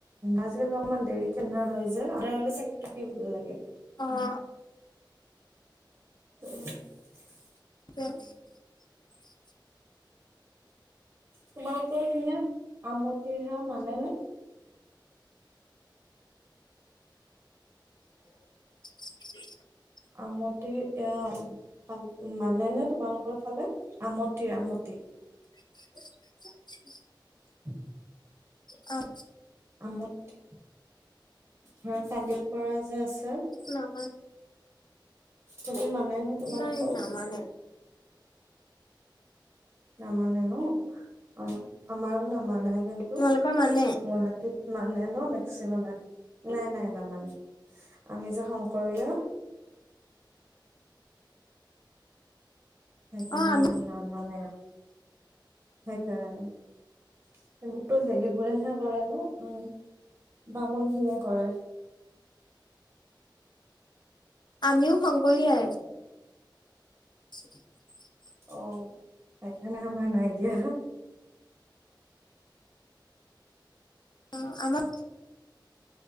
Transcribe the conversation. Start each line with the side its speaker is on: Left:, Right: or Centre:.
Right: আজিকালি অকমান দেৰি এন্ধাৰ হৈ যায় আন্ধাৰ হলে চাকিতি দি ভাল লাগে।
Left: অহ।
Right: <unintelligible>
Left: <unintelligible>
Right: তোমালোকৰ দিনা আমতিহা মানে নে? <unintelligible>
Left: <unintelligible>
Right: আমতি এয়া পাল, মানেনো তুমাল আমাৰ ফালে আমতিৰ আমতি।
Left: <unintelligible>
Right: <unintelligible>
Left: অহ।
Right: আমুতি, হয় কালি। পৰাজ আছে।
Left: নামা
Right: চবে মানে নে তোমালোকৰ।
Left: নাই নামানে
Right: নামানে ন। আ আমাৰো নামা নাই। কিন্তু,
Left: তোমালোকৰ মানে
Right: মোৰ হাতে মানে ন মেক্সিমামে। নাই, নাই নামানে। আমি যে শংকৰীয়া। সেইকাৰণে
Left: অ আমি
Right: ইমান নামানে। সেইকাৰণে এইবোৰতো জেগিবোৰেহে কৰে ন উম। বামুনখিনিয়ে কৰে।
Left: আমিও শংকৰীাই <inaudible>
Right: অ সেইকাৰণে আমাৰ নাই দিয়া
Left: অ' আমাৰ